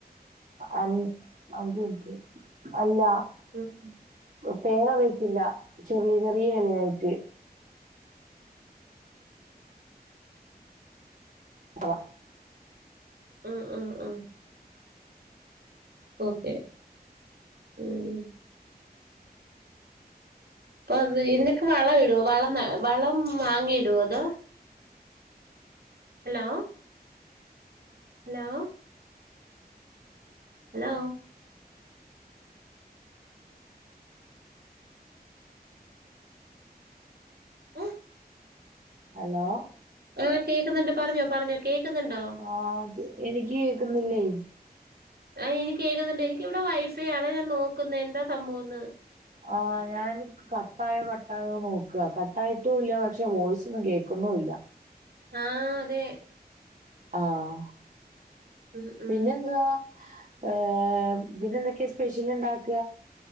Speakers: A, on the right; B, on the right.
A: അൽ <unintelligible> അല്ല
B: ഓക്കെ
A: പേര വട്ടില്ല ചെറിയ ചെറിയ ഇലയായിട്ട് അഹ
B: ഉം ഉം ഉം ഓക്കെ ഉം അപ്പൊ ഇനക്ക് വളം ഇടുവോ വളം വളം വാങ്ങി ഇടുവൊ അതോ ഹലോ ഹലോ ഹലോ ഏഹ്
A: ഹലോ
B: ആഹ കേക്കുന്നുണ്ട് പറഞ്ഞോ പറഞ്ഞോ കേൾക്കന്നുണ്ടോ?
A: ആഹ എനിക്ക് കേക്കുന്നില്ലേ
B: ആഹ എനിക്ക് കേകുന്നുണ്ട് എനിക്കിവിടെ വൈഫൈ ആണ് ഞാൻ നോക്കുന്നത് എന്താ സംഭവംന്ന്
A: ആഹ് ഞാൻ കട്ടായോ കട്ടായോ നോക്കകട്ടായിട്ടുല്ല പക്ഷെ വോയ്സ്ന്നും കേക്കുന്നൂല്ല
B: ആഹ് അതെ
A: ആഹ്
B: ഉം ഉം
A: പിന്നെന്തുവാ ഏഹ പിന്നെ എന്തൊക്കെയാ സ്പെഷ്യൽ ഉണ്ടാക്ക